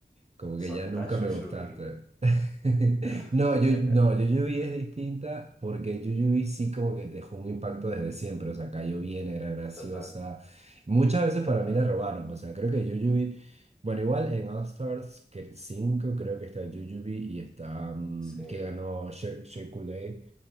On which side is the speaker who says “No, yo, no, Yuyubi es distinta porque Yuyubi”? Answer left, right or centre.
Right